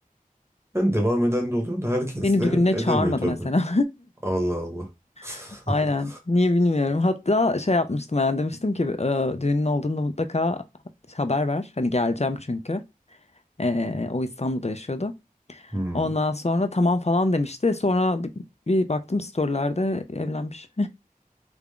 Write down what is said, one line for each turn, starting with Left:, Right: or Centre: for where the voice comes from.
Right: Yani devam eden de oluyor da herkes
Left: Beni
Right: de
Left: düğününe
Right: edemiyor
Left: çağırmadı
Right: tabii.
Left: mesela.
Right: Allah Allah. <laughs>
Left: <laughs> Aynen. Niye bilmiyorum. Hatta şey yapmıştım yani demiştim ki e, düğünün olduğunda mutlaka haber ver. Hani geleceğim çünkü. E, o İstanbul'da yaşıyordu.
Right: Hmm.
Left: Ondan sonra tamam falan demişti. Sonra bir, bir baktım storylerde evlenmiş.